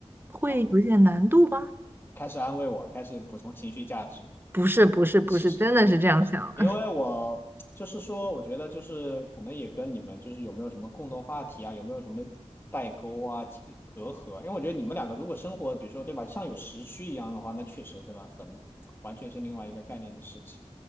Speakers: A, on the right; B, on the left.
A: 会有一点难度吧。
B: 好，开始安慰我，开始补充情绪价值。
A: 不是不是不是，
B: 其实，
A: 真的是这样想的。
B: 对，因为我就是说，
A: <laughs>
B: 我觉得就是可能也跟你们就是有没有什么共同话题啊，有没有什么代沟啊、其隔阂啊？因为我觉得你们两个如果生活，比如说对吧，像有时区一样的话，那确实对吧，很完全是另外一个概念的事情